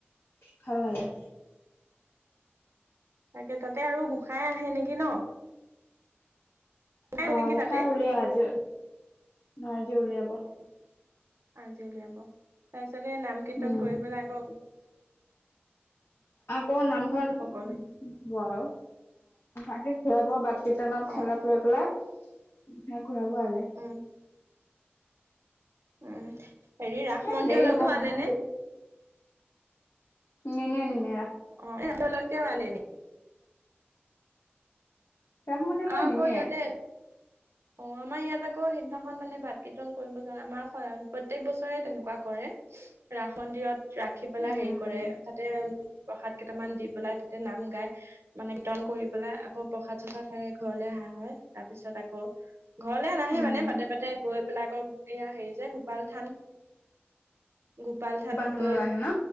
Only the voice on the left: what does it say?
ভাল লাগে,
অ
গসাই
উলিয় আজি মজি উলিয়াব
উম
আকৌ নামঘৰত শুম
<unintelligible> ব আৰু অজি খোৱ বোৱা বাক কীৰ্তনত
খঠেলত লৈ পেলাই উাক <unintelligible> ঘূৰাব আজি।
এ
দেৰি হ'ব মানুহ
নে নে নে নে
ৰাস মন্দিৰলৈ
নিনিয়ে।
উম
উম উম
থানলৈ
আহে ন